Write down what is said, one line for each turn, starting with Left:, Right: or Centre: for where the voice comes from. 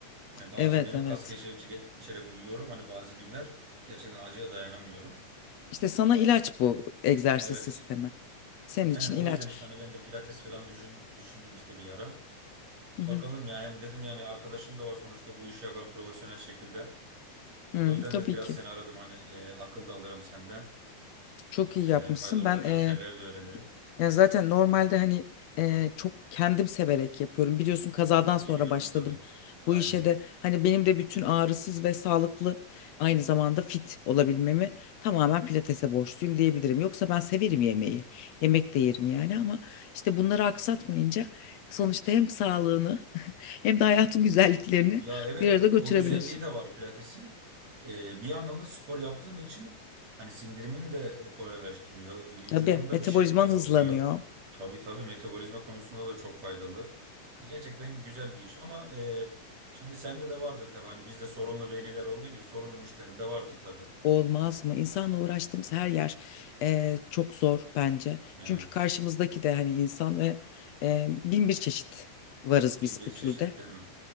Right: Hani bazen
Left: Evet
Right: benim
Left: evet.
Right: kas gevşetici içerek uyuyorum. Hani bazı günler gerçekten acıya dayanamıyorum.
Left: İşte sana
Right: E,
Left: ilaç bu egzersiz
Right: evet.
Left: sistemi. Senin için
Right: Aynen o
Left: ilaç.
Right: yüzden işte hani ben de pilates falan düşün, düşündüm işte bir ara.
Left: Hı hı.
Right: Bakalım ya hem dedim yani arkadaşım da var sonuçta bu işi yapan profesyonel şekilde. O
Left: Hı,
Right: yüzden
Left: tabii
Right: de biraz
Left: ki.
Right: seni aradım hani e, akıl da alırım senden.
Left: Çok iyi
Right: E,
Left: yapmışsın.
Right: faydalı
Left: Ben
Right: olacak
Left: e,
Right: şeyler de öğrenirim.
Left: ya zaten normalde hani e, çok kendim severek yapıyorum. Biliyorsun kazadan
Right: Biliyorum
Left: sonra başladım
Right: tabii. Aynen.
Left: bu işe de. Hani benim de bütün ağrısız ve sağlıklı aynı zamanda fit olabilmemi tamamen pilatese borçluyum diyebilirim. Yoksa ben severim yemeği. Yemek de yerim yani ama işte bunları aksatmayınca sonuçta hem sağlığını <laughs> hem de hayatın güzelliklerini
Right: Ya evet
Left: bir arada
Right: o
Left: götürebiliyorsun.
Right: güzelliği de var pilatesin. E, bir yandan da spor yaptığın için hani sindirimin de kolaylaştırıyor. Vücudunu
Left: Tabii
Right: da
Left: metabolizman
Right: bir şekle sokuyor.
Left: hızlanıyor.
Right: Tabii tabii metabolizma konusunda da çok faydalı. E, Gerçekten güzel bir iş ama e, şimdi sende de vardır tabii. Hani bizde sorunlu veliler olduğu gibi sorunlu müşterin de vardır tabii.
Left: Olmaz mı? İnsanla uğraştığımız her yer eee, çok zor bence.
Right: Evet.
Left: Çünkü karşımızdaki de hani insan ve eee, bin bir çeşit varız
Right: Bin
Left: biz
Right: bir
Left: bu
Right: çeşit
Left: türde.
Right: değil mi?